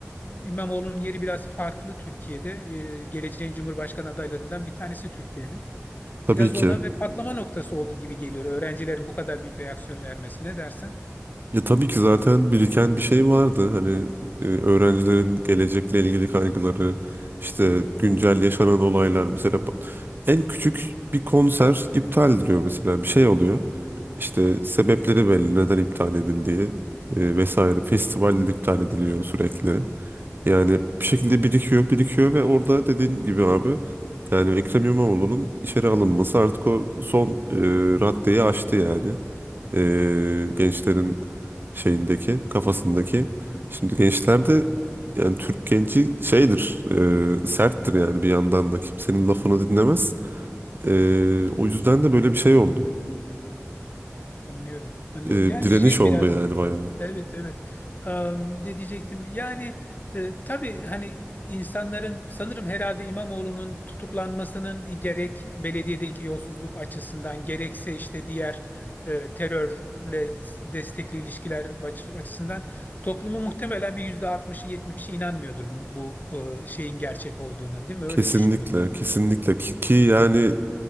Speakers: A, on the left; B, on the right.
A: e, İmamoğlu'nun yeri biraz farklı Türkiye'de. E, geleceğin Cumhurbaşkanı adaylarından bir tanesi Türkiye'nin.
B: tabii
A: Biraz
B: ki.
A: ona ve patlama noktası oldu gibi geliyor öğrencilerin bu kadar büyük reaksiyon vermesine dersen.
B: Ya tabii ki zaten biriken bir şey vardı. Hani e, öğrencilerin gelecekle ilgili kaygıları, işte güncel yaşanan olaylar mesela bu- en küçük bir konser iptal ediliyor mesela bir şey oluyor. İşte sebepleri belli, neden iptal edildiği e, vesaire. Festivaller iptal ediliyor sürekli. Yani bir şekilde birikiyor, birikiyor ve orada dediğin gibi abi yani Ekrem İmamoğlu'nun içeri alınması artık o son e, raddeyi aştı yani. E, gençlerin şeyindeki, kafasındaki. Şimdi gençler de yani Türk genci şeydir, e, serttir yani bir yandan da kimsenin lafını dinlemez. E, o yüzden de böyle bir şey oldu
A: Anlıyorum. Anlıyorum.
B: e,
A: Yani
B: direniş
A: şey
B: oldu
A: biraz
B: yani bayağı.
A: Evet evet. Am, ne diyecektim? Yani e, tabii hani insanların sanırım herhalde İmamoğlu'nun tutuklanmasının gerek belediyedeki yolsuzluk açısından gerekse işte diğer e, terörle destekli ilişkiler aç- açısından toplumun muhtemelen bir yüzde altmışı 70'i inanmıyordur bu, bu e, şeyin gerçek olduğuna değil mi? Öyle
B: Kesinlikle,
A: düşünüyorum.
B: kesinlikle ki, ki yani
A: Hı hı.